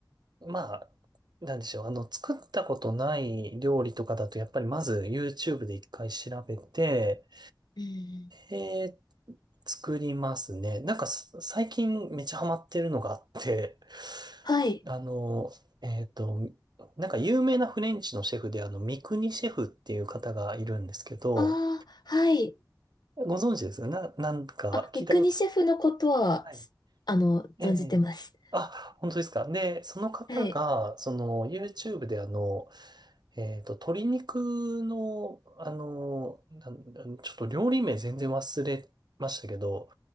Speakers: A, on the right; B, on the left.
A: まあ、なんでしょう。あの、作ったことない料理とかだと、やっぱりまず YouTube で一回調べて、
B: うん。
A: えー、作りますね。なんかす最近めっちゃハマってるのがあって、
B: はい。
A: あの、えっと、なんか有名なフレンチのシェフであの、三國シェフっていう方がいるんですけど、
B: ああ、はい。
A: ご存知ですよな、なんか聞いたこと
B: あ、三國シェフのことは、
A: ある。
B: あの、
A: ええ。
B: 存じてます。
A: あ、本当ですか。で、その方が、
B: はい。
A: その YouTube であの、えっと、鶏肉の、あの、なんなんちょっと料理名全然忘れましたけど、